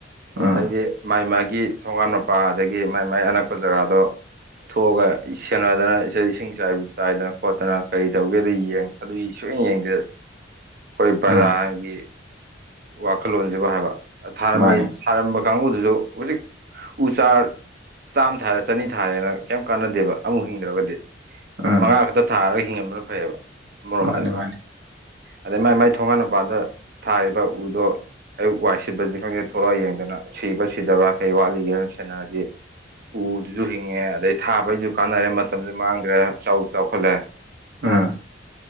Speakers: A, on the right; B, on the right.
A: ꯎꯝ
B: ꯑꯗꯩꯗꯤ ꯃꯥꯏ ꯃꯥꯒꯤ ꯊꯣꯡꯒꯥꯜ ꯃꯄꯥ ꯑꯗꯒꯤ ꯃꯥꯏ ꯃꯥꯏ ꯑꯅꯛꯄ ꯖꯒꯥꯗꯣ ꯊꯣꯛꯑꯒ ꯏ ꯁꯦꯟꯅꯗꯅ ꯏꯁꯦ ꯏꯁꯤꯡ ꯆꯥꯏꯕꯨ ꯆꯥꯏꯗꯅ ꯈꯣꯠꯇꯅ ꯀꯔꯤ ꯇꯧꯒꯦꯗꯣ ꯌꯦꯡ ꯑꯗꯨꯏ ꯁꯨꯛꯌꯦꯡ ꯌꯦꯡꯗꯦ
A: <inaudible>
B: ꯑꯈꯣꯏ ꯕꯔꯥꯒꯤ
A: ꯎꯝ
B: ꯋꯥꯈꯜꯂꯣꯟꯖꯤꯕꯨ ꯍꯥꯏꯕ ꯊꯥꯔꯝꯃꯤ
A: ꯃꯥꯅꯦ
B: ꯊꯥꯔꯝꯕ ꯀꯥꯡꯕꯨꯗꯨꯖꯨ ꯍꯧꯖꯤꯛ ꯎ ꯆꯥꯔ ꯆꯥꯝꯃ ꯊꯥꯔꯦ ꯆꯅꯤ ꯊꯥꯔꯦꯅ ꯀꯌꯝ ꯀꯥꯟꯅꯗꯦꯕ ꯑꯃꯐꯥꯎ ꯍꯤꯡꯗ꯭ꯔꯒꯗꯤ
A: ꯎꯝ
B: ꯃꯉꯥ ꯈꯛꯇ ꯊꯥꯔꯒ ꯍꯤꯡꯍꯟꯗꯕꯅ ꯐꯩꯌꯦꯕ ꯑꯃꯔꯣꯝꯗ
A: ꯃꯥꯅꯦ ꯃꯥꯅꯦ
B: ꯑꯗꯩ ꯃꯥꯏ ꯃꯥꯏ ꯊꯣꯡꯉꯥꯟ ꯃꯨꯄꯥꯗ ꯊꯥꯔꯤꯕ ꯎꯗꯣ ꯑꯌꯨꯛ ꯋꯥꯏ ꯁꯤꯠꯄꯗꯅꯤ ꯈꯪꯗꯦ ꯊꯂꯛꯑ ꯌꯦꯡꯗꯅ ꯁꯤꯕ ꯁꯤꯗꯕ꯭ꯔꯥ ꯀꯩ ꯋꯥꯠꯂꯤꯒꯦꯅ ꯁꯦꯟꯅꯔꯗꯤ ꯎꯗꯨꯖꯨ ꯍꯤꯡꯉꯦ ꯑꯗꯩ ꯊꯥꯕꯩꯁꯨ ꯀꯥꯟꯅꯔꯦ ꯃꯇꯝꯁꯨ ꯃꯥꯡꯗ꯭ꯔꯦ ꯆꯥꯎꯁꯨ ꯆꯥꯎꯈꯠꯂꯦ
A: ꯎꯝ